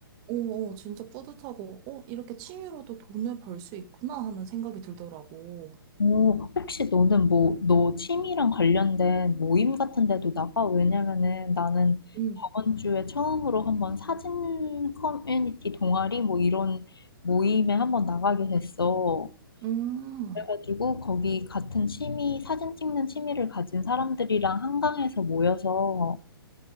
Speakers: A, on the right; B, on the left.
A: 어, 어, 진짜 뿌듯하고, 어, 이렇게 취미로도 돈을 벌 수 있구나 하는 생각이 들더라고.
B: 오, 혹시 너는 뭐, 너 취미랑 관련된 모임 같은 데도 나가? 왜냐면은 나는
A: 응
B: 저번 주에 처음으로 한번 사진 커뮤니티 동아리 뭐 이런 모임에 한번 나가게 됐어.
A: 음,
B: 그래가지고 거기 같은 취미, 사진 찍는 취미를 가진 사람들이랑 한강에서 모여서